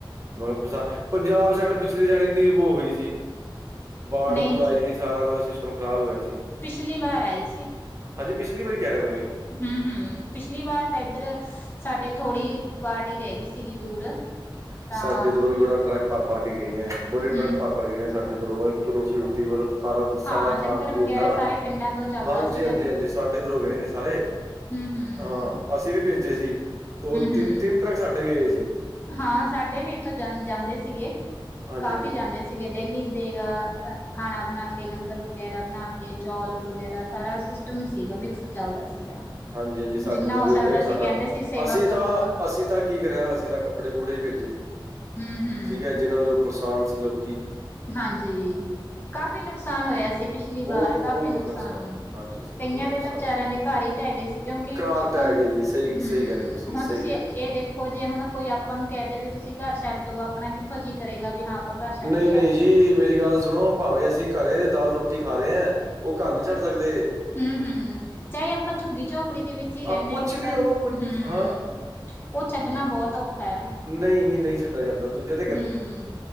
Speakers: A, on the right; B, on the left.
A: ਮੈਂ ਪੰਜਾਬ ਸਾਈਡ ਪਿਛਲੀ ਸਾਈਡ ਨੀ ਬੋ ਹੋਈ ਸੀ ਬਾੜ
B: ਨਹੀਂ
A: ਬੂੜ ਆਈ
B: ਜੀ
A: ਸੀ। ਸਾਰਾ ਮਤਲਬ ਸਿਸਟਮ ਖ਼ਰਾਬ ਹੋਇਆ ਸੀ।
B: ਪਿਛਲੀ ਵਾਰ ਆਈ
A: ਹਂਜੀ, ਪਿਛਲੀ ਵਾਰੀ ਕਹਿ ਰਿਹਾ ਮੈ ਵੀ।
B: ਹੂੰ -ਹੂੰ ਪਿਛਲੀ ਵਾਰ ਤਾਂ ਇੱਧਰ ਸਾਡੇ ਥੋੜ੍ਹੀ ਬਾਟਈ ਰਹਿ ਗਈ ਸੀਗੀ ਦੂਰ। ਤਾਂ
A: ਸਾਡੇ ਇਧਰੋਂ ਵੀ ਬੜਾ ਟਰੱਕ ਭਰ ਭਰ ਕੇ ਗਏ ਹੈ। ਬੜੇ
B: ਹਮ
A: ਟਰੱਕ ਭਰ ਭਰ ਗਏ ਆਂ‌। ਸਾਡੇ ਇੱਧਰੋਂ ਰੋਟੀ ਰੁਟੀ ਮਤਲਬ ਸਾਰਾ ਕੁਛ, ਸਾਰਾ
B: ਹਾਂ ਲੰਗਰ
A: ਖਾਣ ਪੀਣ
B: ਵਗੈਰਾ
A: ਦਾ ਨਾ
B: ਸਾਰੇ ਪਿੰਡਾਂ ਤੋਂ ਚੱਲਦਾ
A: ਹਂਜੀ,
B: ਸੀਗਾ
A: ਹਂਜੀ, ਹਂਜੀ ਸਾਡੇ ਇੱਧਰੋਂ ਗਏ ਨੇ ਸਾਰੇ।
B: ਹੂੰ -ਹੂੰ-
A: ਹਾਂ ਅਸੀਂ ਵੀ ਭੇਜੇ ਸੀ। ਦੋ ਤਿੰਨ-ਤਿੰਨ
B: ਹਮ
A: ਟਰੱਕ ਸਾਡੇ ਗਏ ਸੀ‌।
B: ਹਾਂ, ਸਾਡੇ ਵੀ ਇੱਥੋਂ ਜਾਂ ਜਾਂਦੇ ਸੀਗੇ
A: ਹਾਂਜੀ-ਹਾਂਜੀ,
B: ਕਾਫੀ ਜਾਂਦੇ ਸੀ। ਜੇ ਡੇਲੀ ਦੇ ਖਾਨਾ ਬਨਾ ਕੇ, ਲੰਗਰ ਵਗੈਰਾ ਬਨਾ ਕੇ, ਚੌਲ ਵਗੈਰਾ ਸਾਰਾ ਟੂ ਸੀਗਾ ਮਿਕਸ। ਚੱਲਦਾ ਸੀਗਾ
A: ਹਂਜੀ, ਹਂਜੀ, ਸਾਡੇ
B: ਜਿੰਨਾ
A: ਇਧਰ
B: ਹੋ
A: ਵੀ
B: ਸਕਦਾ
A: ਉਹ ਨਾ
B: ਸੀ
A: ਸਾਡਾ
B: ਕਹਿੰਦੇ ਸੀ ਸੇਵਾ
A: ਅਸੀਂ
B: ਕਰੋ
A: ਤਾਂ ਅਸੀਂ ਕੀ ਕਰਿਆ, ਅਸੀਂ ਤਾਂ ਕੱਪੜੇ, ਕੁਪੜੇ ਵੇਚੇ।
B: ਹੂੰ ਹੂੰ
A: ਠੀਕ ਹੈ ਜਿਹਨਾਂ ਵਜੋਂ ਪਰੇਸਾਨ ਸੀ ਲੋਕੀਂ।
B: ਹਾਂਜੀ, ਕਾਫ਼ੀ ਨੁਕਸਾਨ ਹੋਇਆ ਸੀ। ਪਿਛਲੀ ਵਾਰ
A: ਬਹੁਤ-ਬਹੁਤ
B: ਕਾਫੀ ਨੁਕਸਾਨ।
A: ਹੈ ਹਾਂਜੀ-ਹਾਂਜੀ
B: ਕਈਆਂ
A: ਬਹੁਤ
B: ਦੇ
A: ਨੁਕਸਾਨ
B: ਤਾਂ ਵਿਚਾਰਿਆਂ
A: ਹੈ।
B: ਦੇ ਘਰ ਹੀ ਢਹਿ ਗਏ ਸੀ। ਕਿਉਂਕਿ,
A: ਘਰ ਢਹਿ
B: ਹੁਨ
A: ਗਏ ਜੀ ਸਹੀ-ਸਹੀ
B: ਹੂੰ
A: ਕਹਿ ਰਹੇ
B: ਹੁਨ
A: ਸਹੀ
B: ਤੁਸੀਂ
A: ਕਹਿ
B: ਇਹ
A: ਰਹੇ
B: ਦੇਖੋ ਜੇ ਹੁਨ ਕੋਈ ਆਪ ਆਪਾਂ ਨੂੰ ਕਹਿ ਦੇ ਵੀ ਤੁਸੀਂ ਘਰ ਛੱਡ ਦੋ। ਅਪਨਾ ਕਿੱਥੋਂ ਜੀਅ ਕਰੇਗਾ ਵੀ ਹਾਂ ਆਪਾਂ ਘਰ ਛੱਡਦੇਈਏ।
A: ਨਹੀਂ, ਨਹੀਂ ਜੀ ਮੇਰੀ ਗੱਲ ਸੁਨੋ, ਭਾਵੇਂ ਅਸੀਂ ਘਰੇ ਦਾਲ ਰੋਟੀ ਖਾ ਰਹੇ ਹਾਂ ਔਹ ਘਰ ਨਹੀਂ ਛੱਡ ਸਕਦੇ।
B: ਹੂੰ -ਹੂੰ ਚਾਹੇ ਆਪਾਂ ਝੁੱਗੀ ਚੋ ਝੁਪੜੀ ਦੇ ਵਿੱਚ ਹੀ ਰਹਿਨੇ
A: ਅ, ਕੁਛ
B: ਕਿ
A: ਵੀ
B: ਪਰ
A: ਹੋ ਕੁਛ
B: ਹੂੰ
A: ਹਾਂ,
B: ਔਹ ਚਕਨਾ ਬੋੱਤ ਔਖਾ ਐ।
A: ਨਹੀ, ਨਹੀਂ ਚੱਕ। ਐਹ ਜਾਂਦਾ ਦੂਜਾ।
B: ਹੂੰ